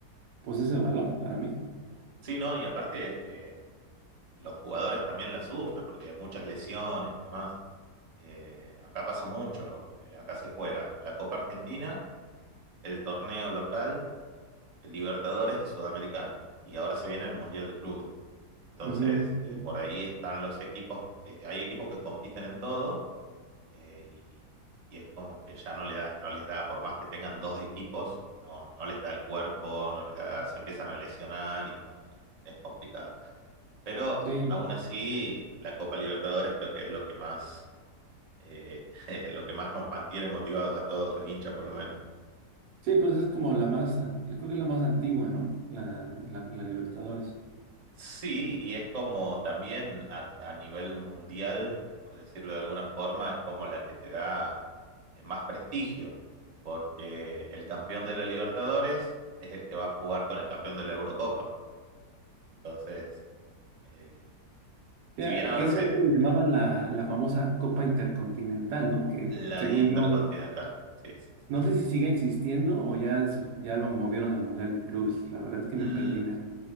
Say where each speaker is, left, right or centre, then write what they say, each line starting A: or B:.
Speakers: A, on the right; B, on the right.
A: pues ese valor para mí.
B: Sí, no, y aparte eh, los jugadores también la sufren porque muchas lesiones y demás. Eh, acá pasa mucho. Eh, acá se juega la Copa Argentina, el torneo local, el Libertadores y Sudamericana. Y ahora se viene el Mundial de Clubes. Entonces,
A: Ujú,
B: eh,
A: sí,
B: por ahí están los equipos, que, hay equipos que compiten en todo eh, y, y es como que ya no, le da, no les da, por más que tengan dos equipos, no, no les da el cuerpo, no les da- se empiezan a lesionar y bueno, es, es complicado. Pero
A: sí,
B: aún así, la Copa Libertadores creo que es lo que más, eh, <laughs> lo que más nos mantiene motivados a todos los hinchas, por lo menos.
A: sí, pues es como la más, an- creo que es la más antigua, ¿no? La, la, la Libertadores.
B: Sí, y es como también a, a nivel mundial, por decirlo de alguna forma, es como la que te da eh, más prestigio, porque el campeón de la Libertadores es el que va a jugar con el campeón de la Eurocopa. Entonces, eh,
A: Que,
B: si bien ahora
A: eh, que
B: se
A: eso antes le llamaban la, la famosa Copa Intercontinental, ¿no? Que
B: la
A: según
B: Intercontinental,
A: yo,
B: sí, sí, sí.
A: no sé si sigue existiendo o ya, eso- ya lo movieron al Mundial de Clubes. La verdad es que
B: L-
A: me perdí en eso.